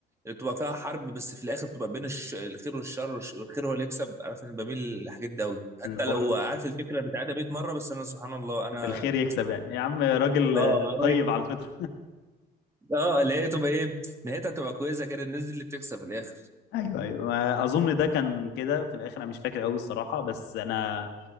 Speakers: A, on the right; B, on the left.
A: بتبقى فيها حرب بس في الاخر بتبقى بين الش... الخير والشر والش- والخير هو اللي يكسب عارف انا بميل للحاجات دي قوي حتى
B: الحوار
A: لو
B: إن
A: عارف الفكره متعاده 100 مره بس انا سبحان الله انا
B: بحب الخير يكسب يعني يا عم راجل
A: اه
B: طيب
A: هو-
B: على الفطرة
A: اه اللي هي تبقى ايه نهايتها تبقى كويسه كده الناس دي اللي بتكسب في الاخر
B: أيوه أيوه ما أظن ده كان كده في الآخر أنا مش فاكر قوي الصراحة بس أنا